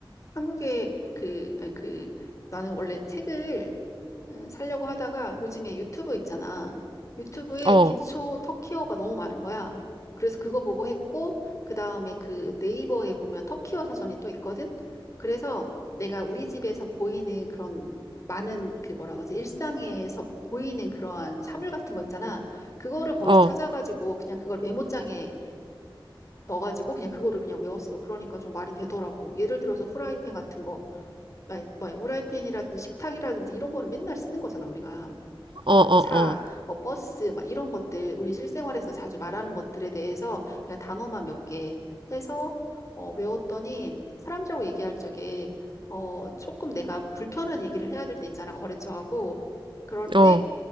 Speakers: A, on the left (about 35°); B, on the right (about 70°).
A: 한국의 그, 아니, 그, 나는 원래 책을 에, 살려고 하다가 요즘에 유튜브 있잖아. 유튜브에
B: 어,
A: 기초 터키어가 너무 많은 거야. 그래서 그거 보고 했고, 그 다음에 그 네이버에 보면 터키어 사전이 또 있거든? 그래서 내가 우리 집에서 보이는 그런 많은 그 뭐라 그러지? 일상에서 보이는 그러한 사물 같은 거 있잖아. 그거를 거기서
B: 어,
A: 찾아가지고 그냥 그걸 메모장에 넣어가지고 그냥 그거를 그냥 외웠어. 그러니까 좀 말이 되더라고. 예를 들어서 후라이팬 같은 거, 막, 막 후라이팬이라든지 식탁이라든지 이런 거는 맨날 쓰는 거잖아, 우리가.
B: 어,
A: 또는
B: 어,
A: 차, 뭐 버스 막 이런 것들 우리 실생활에서 자주 말하는 것들에 대해서 그냥 단어만 몇 개 해서 어, 외웠더니 사람들하고 얘기할 적에 어, 조금 내가 불편한 얘기를 해야 될 때 있잖아 거래처하고 그럴 때
B: 어, 어,